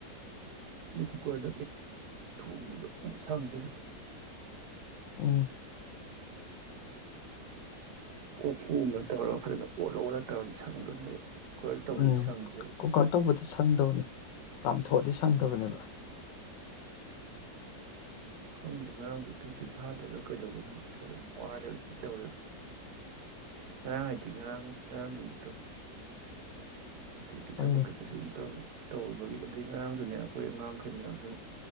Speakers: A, on the right; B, on the left.
A: ꯀꯨꯀꯔꯗ ꯀ ꯊꯣꯡꯃꯗꯣ ꯁꯪꯗꯗ
B: ꯎꯝ
A: ꯀꯣꯀꯨ ꯑꯃꯅ ꯇꯧꯔꯒ ꯐꯖꯅ ꯑꯣꯠꯂ ꯑꯣꯠꯂ ꯇꯧꯔꯗꯤ ꯁꯪꯗꯣꯏꯅꯦꯕ ꯀꯨꯀꯔ ꯇꯧꯕꯗꯨ
B: ꯎꯝ
A: ꯁꯪꯗꯦꯕ
B: ꯀꯨꯀꯔ ꯇꯧꯕꯗ ꯁꯪꯗꯕꯅꯦ ꯀꯥꯝꯊꯣꯛꯑꯗꯤ ꯁꯪꯗꯕꯅꯦꯕ
A: ꯈꯪꯗꯦ ꯉꯔꯥꯡꯗꯣ ꯇꯨꯝꯁꯨ ꯐꯥꯗꯕ꯭ꯔꯥ ꯀꯩꯗꯧꯕ꯭ꯔꯥ ꯈꯅꯤ ꯏꯁꯥ ꯑꯗꯨꯝ ꯋꯥꯔ ꯇꯧꯔꯨ ꯔꯥꯡ ꯍꯥꯏꯥꯏꯗꯤ ꯔ ꯔꯥꯡ ꯅꯨꯃꯤꯠꯇ ꯀꯈꯤꯗ
B: ꯍꯣꯏꯅꯦ
A: ꯄꯛ ꯀꯦ ꯀꯩꯁꯨ ꯇꯧꯔ ꯇꯧꯔꯨꯕꯒꯤ ꯑꯗꯩ ꯉꯔꯥꯡꯁꯨꯅꯦ ꯑꯩꯈꯣꯏ ꯑꯉꯥꯡꯈꯩ ꯃꯌꯥꯝꯁꯤꯅ